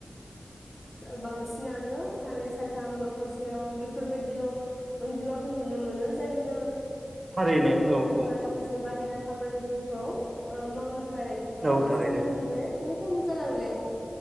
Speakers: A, on the left; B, on the right.
A: बांसिनानो सानै साथाम न'खरसेयाव बेफोरबायदिल' अनजिमाखौ नुनो मोनो जायनि जाहोनाव
B: थारैनो औ
A: <unintelligible> थाखाय
B: औ
A: माखासे बाहेरा खामानिफोरखौ ओ मावनो थाखाय ओ
B: औ थारैनो
A: सुबुंनि अनजिमाया दिनो खम जालांनायाव